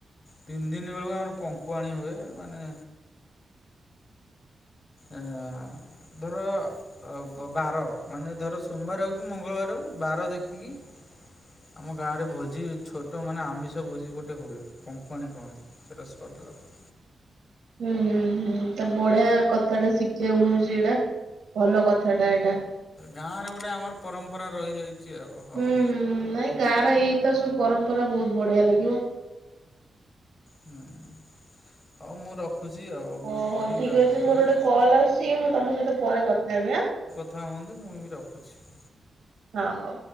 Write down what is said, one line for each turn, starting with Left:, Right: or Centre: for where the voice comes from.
Left: ତିନି ଦିନ ବେଳୁ ଆମର ପଙ୍କୁଆଣି ହୁଏ ମାନେ ଏଁ ଆଁ ଧର ଅ ବ ବାର ମାନେ ଧର ସୋମବାରେ ହଉ କି ମଙ୍ଗଳବାରେ ହଉ ବାର ଦେଖିକି ଆମ ଗାଁରେ ଭୋଜି ଛୋଟ ମାନେ ଆମିଷ ଭୋଜି ଗୋଟେ ହୁଏ ପଙ୍କୁଆଣୀ କହନ୍ତି। ତେରସ୍ପଟ୍ ଲଗେ
Right: ହୁଁ ହୁଁ ହୁଁ ତ ବଢ଼ିଆ କଥାଟା ଶିଖିବାକୁ ମିଳୁଚି ଏଇଟା ଭଲ କଥାଟା ଏଇଟା।
Left: ଗାଁରେ ଗୋଟେ ଆମର ପରମ୍ପରା ରହିଯାଇଚି ଆ ହଉ।
Right: ହୁଁ ହୁଁ ନାଇଁ ଗାଁର ଏଇ ତ ସବୁ ପରମ୍ପରା ଭୋଉତ୍ ବଢ଼ିଆ ଲାଗିବ।
Left: ହୁଁ ହଉ ମୁଁ ର ଖୁଚି ଆଉ। ମୁଁ
Right: ଓହୋ
Left: କରିବି
Right: ଠିକ୍
Left: ଆଉ
Right: ଅଛି
Left: କେତେବେଳେ
Right: ମୋର ଗୋଟେ କଲ୍ ଆସୁଚି ମୁଁ ତମ ସହିତ ପରେ କଥା ହେବି ଆଁ।
Left: ଥା ହୁଅନ୍ତୁ ମୁଁ ବି ରଖୁଚି।
Right: ହ ହଉ।